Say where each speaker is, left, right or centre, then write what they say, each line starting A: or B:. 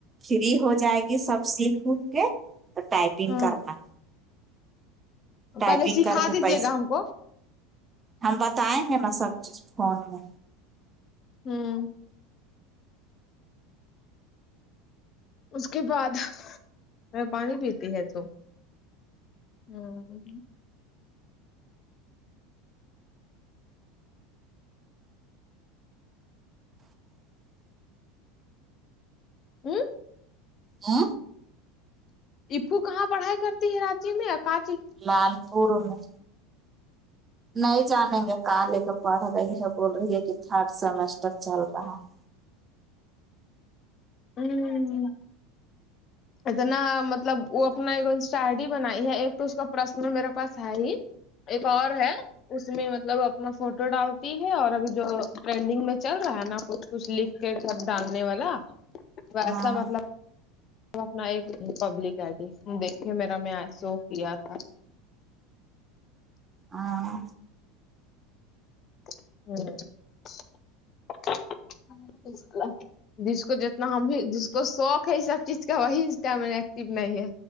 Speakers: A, on the right; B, on the left.
A: فری ہو جائے گی سب سیکھ اکھ کے تو ٹائپنگ
B: ہاں
A: کرنا ٹائپنگ
B: پہلے سکھا
A: کر کے
B: دیجیے
A: پیس
B: گا ہم کو
A: ہم بتیں گے نا سب چیز فون میں
B: ہوں اس کے بعد میں پانی پیتی ہے تو ہوں ہوں
A: ا
B: ایفو کہاں پڑھائی کرتی ہے راچی میں اکا
A: لال پور میں نہیں جانیں گے کالے کا پڑھا رہی یہ بول رہی ہے کہ تھرڈ سیمیسٹر چل رہا ہے
B: ہوں اتنا مطلب وہ اپنا ایک انسٹا آئی ڈی بنائی ہے ایک تو اس کا پرسنل میرے پاس ہے ہی ایک اور ہے اس میں مطلب اپنا فوٹو ڈالتی ہے اور ابھی جو ٹرینڈنگ میں چل رہا ہے نا کچھ کچھ لکھ کے سب ڈاننے والا ویسا
A: ہاں
B: مطلب اپنا ایک ریپبلک آئی ڈی دیکھیے میرا میں ایسو کیا تھا
A: ہاں
B: <unintelligible> جس کو جتنا ہم بھی جس کو شوق ہے یہ سب چیز کا وہی انسٹا میں ایکٹیو نہیں ہے